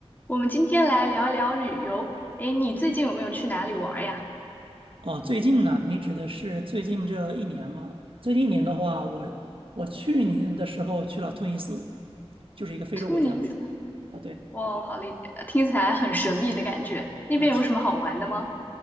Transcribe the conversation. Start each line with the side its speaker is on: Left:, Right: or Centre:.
Left: 我们今天来聊聊旅游。诶，你最近有没有去哪里玩儿呀？
Right: 哦，最近呢？你指的是最近这一年吗？最近一年的话，我我去年的时候去了突尼斯，就是一个非洲国家
Left: 突尼斯，
Right: 啊。对，
Left: 哇，好嘞，呃听起来很神秘的感觉。那边有什么好玩的吗？
Right: 而且，